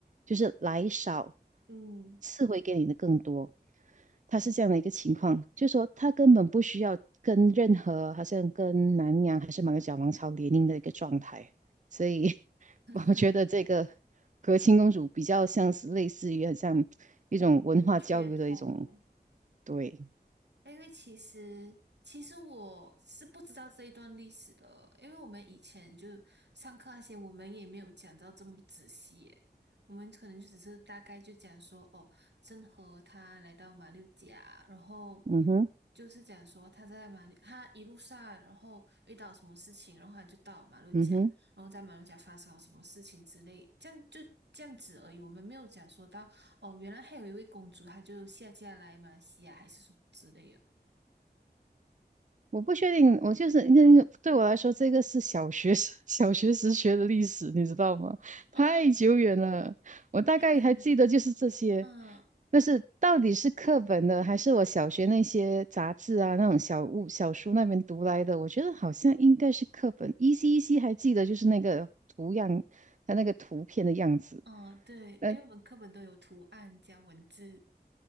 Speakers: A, on the right; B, on the right.
A: 就是来少，
B: 嗯，
A: 赐回给你的更多。他是这样的一个情况，就是说他根本不需要跟任何，好像跟南洋还是马六甲王朝联姻的一个状态，所以
B: <laughs>
A: <laughs> 我觉得这个和亲公主比较像是类似于很像一种文化交流的一种，
B: 噱头，
A: 对，
B: 因为其实其实我是不知道这一段历史的，因为我们以前就上课那些，我们也没有讲到这么仔细耶。我们可能就只是大概就讲说，哦，郑和他来到马六甲，然后
A: 嗯哼，
B: 就是讲说他在马六，他一路上然后遇到什么事情，然后他就到马六甲，
A: 嗯哼。
B: 然后在马六甲发生了什么事情之类，这样就这样子而已。我们没有讲说到哦，原来还有一位公主，她就下嫁来马来西亚还是什么之类的。
A: 我不确定，我就是那个对我来说，这个是小学时 <laughs> 小学时学的历史，你知道吗？
B: 嗯，
A: 太久远了，我大概还记得就是这些，
B: 也可能，嗯
A: 但是到底是课本的，还是我小学那些杂志啊那种小物小书那边读来的？我觉得好像应该是课本，依稀依稀还记得就是那个图样，它那个图片的样子，
B: 嗯，对，
A: 呃，
B: 因为我们课本都有图案加文字。